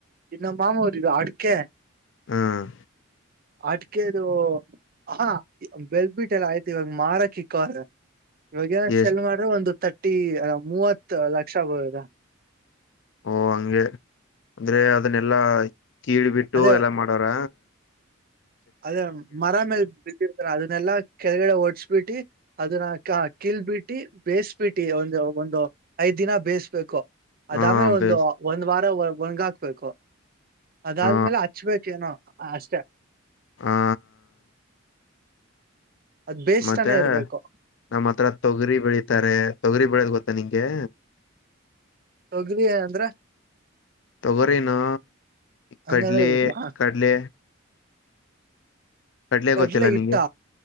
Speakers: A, on the right; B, on the left.
A: ಇ ನಮ್ಮ ಮಾಮೂಲಿ ಇದು ಅಡಕೆ.
B: ಹ್ಮ್
A: ಅಡಿಕೆದು ಹಾ ಬೆಲ್ಬಿಟ್ಟೆಲ್ಲ ಆಯ್ತು ಇವಾಗ ಮಾರಕೆ ಇಕ್ಕವರೆ. ಇವಾಗೇನ್
B: ಎಷ್ಟ
A: ಸೆಲ್ ಮಾಡು ಒಂದು ತರ್ಟಿ ಅ ಮೂವತ್ ಲಕ್ಷ ಬರುತ್ತೆ.
B: ಓ ಹಂಗೆ ಅಂದ್ರೆ ಅದನ್ನೆಲ್ಲಾ ಕೀಳ್ ಬಿಟ್ಟು
A: ಅದೇ
B: ಎಲ್ಲಾ ಮಾಡವಾರ.
A: ಅದೇ ಮರ ಮೇಲೆ ಬಿದ್ದಿರ್ತಾರೆ ಅದನ್ನೆಲ್ಲಾ ಕೆಳಗಡೆ ಒಡ್ಸ್ಬಿಟ್ಟಿ. ಅದನ್ನ ಕ ಕಿಲ್ಬಿಟ್ಟಿ ಬೇಯಿಸಬಿಟ್ಟಿ ಒಂದು ಒಂದು ಐದ್ ದಿನ ಬೇಯಸ್ಬೇಕು. ಆದ್ಮೇಲೆ
B: ಹ
A: ಒಂದು
B: ಬೇಸ್
A: ಒಂದು ವಾರ ಒಣಗ್ ಹಾಕ್ಬೇಕು ಅದಾದ್ಮೇಲೆ
B: ಹ
A: ಹಚ್ಬೇಕ್ ಏನೋ ಅಷ್ಟೇ
B: ಹಾ ಹಾ
A: ಅದ್ ಬೇಯಿಸ್ತಾನೆ
B: ಮತ್ತೆ
A: ಇರ್ಬೇಕು
B: ನಮ್ಮ್ ಹತ್ತಿರ ತೊಗರಿ ಬೆಳಿತಾರೆ ತೊಗರಿ ಬೆಳೋದ್ ಗೊತ್ತಾ ನಿಂಗೆ.
A: ತೊಗರಿ ಅಂದ್ರೆ
B: ತೊಗರಿನೋ
A: ಹಂಗಂದ್ರೆ
B: ಕಡಲೆ
A: ಗೊತ್ತಿಲ್ಲ ಹ
B: ಕಡಲೆ ಕಡಲೆ
A: ಕಡ್ಲೆ
B: ಗೊತ್ತಿಲ್ಲ
A: ಹಿಟ್ಟ
B: ನಿಂಗೆ.